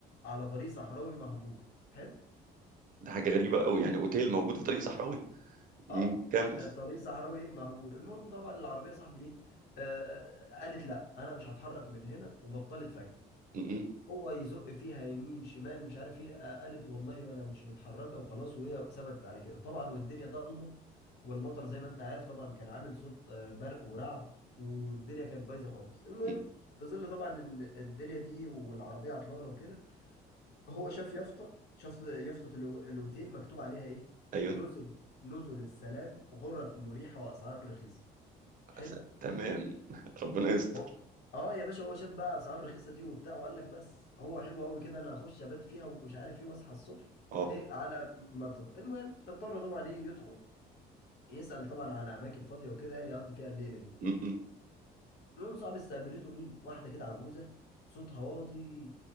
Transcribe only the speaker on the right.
ده حاجه غريبه
قوي يعني اوتيل موجود في طريق صحراوي مم،
كمل
م -م.
م،
ايوه
أس- تمام <laughs> ربنا يستر
اه
م -م.